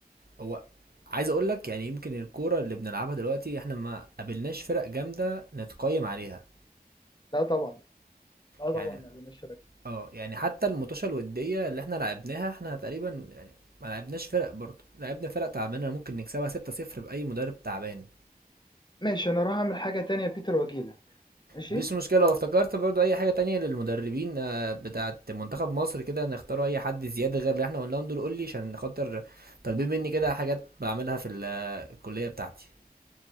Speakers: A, on the right; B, on the left.
A: هو عايز اقول لك يعني يمكن الكوره اللي بنلعبها دلوقتي احنا ما قابلناش فرق جامده نتقيم عليها
B: لا طبعا لا طبعا
A: يعني
B: ما بيناش
A: اه يعني حتى الماتشات الوديه اللي احنا لعبناها احنا تقريبا يعني ما لعبناش فرق برضه لعبنا فرق تعبانه ممكن نكسبها 6-0 باي مدرب تعبان
B: ماشي انا اروح اعمل حاجة تانية يا بيتر واجيلك ماشي
A: مفيش مشكلة وافتكرت برضو أي حاجة تانية للمدربين آه، بتاعة منتخب مصر كده نختاروا أي حد زيادة غير اللي احنا قلناهم دول قولي عشان خاطر طالبين مني كده حاجات بعملها في ال- الكلية بتاعتي